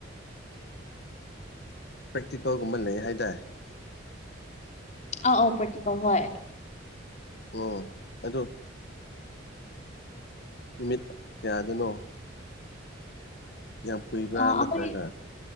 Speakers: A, on the left (about 55°); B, on the left (about 35°).
A: ꯄ꯭ꯔꯦꯛꯇꯤꯀꯜꯒꯨꯝꯕ ꯂꯩ ꯍꯥꯏꯗꯥꯏ
B: ꯑ ꯑꯧ ꯄꯔ꯭ꯦꯛꯇꯤꯀꯜ ꯍꯣꯏ
A: ꯑꯣ ꯑꯗꯨ ꯅꯨꯃꯤꯠ ꯀꯌꯥꯗꯅꯣ ꯌꯥꯝ ꯀꯨꯏꯕ꯭ꯔꯥ
B: ꯑꯥ
A: ꯅꯠꯇ꯭ꯔꯒ
B: ꯑꯩꯈꯣꯏ